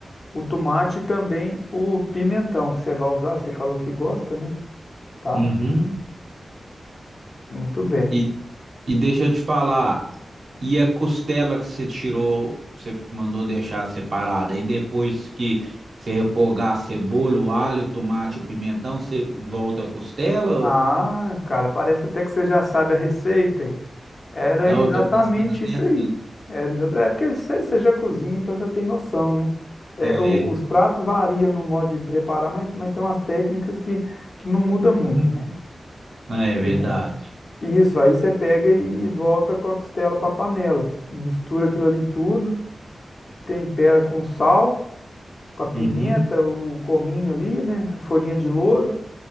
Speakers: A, on the left; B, on the right.
A: O tomate e também o pimentão que você vai usar, você falou que gosta, né? Tá?
B: Uhum.
A: Muito bem.
B: E, e deixa eu te falar, e a costela que você tirou, que você mandou deixar separada, aí depois que você refogar a cebola, o alho, o tomate, o pimentão, você volta a costela?
A: Ah,
B: Ou-
A: cara, parece até que você já sabe a receita. hein? Era
B: Não,
A: exatamente
B: eu tô prestando atenção.
A: isso aí. Era exata- É porque você, você já cozinha, então já tem noção, né? É, o-
B: É,
A: os pratos variam no modo de preparar, mas, mas tem umas técnicas que, que não muda muito,
B: <laughs>
A: né?
B: é verdade.
A: Você- Isso, aí você pega e volta com a costela para a panela. Mistura aquilo ali tudo, tempera com sal. com a pimenta,
B: Uhum,
A: o cominho ali, né? Folhinha de louro.